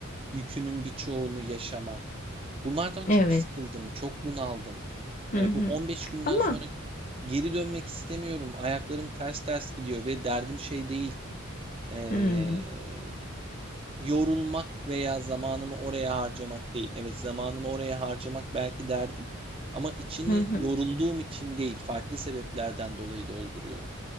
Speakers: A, on the right; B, on the left.
A: yükünün birçoğunu yaşamak. Bunlardan çok
B: Evet.
A: sıkıldım, çok bunaldım.
B: Hı
A: E,
B: hı.
A: bu 15 günden
B: Ama
A: sonra geri dönmek istemiyorum. Ayaklarım ters ters gidiyor ve derdim şey değil. e,
B: hmm.
A: yorulmak veya zamanımı oraya harcamak değil. Evet zamanımı oraya harcamak belki derdim ama içini
B: Hı hı.
A: yorulduğum için değil, farklı sebeplerden dolayı dolduruyorum.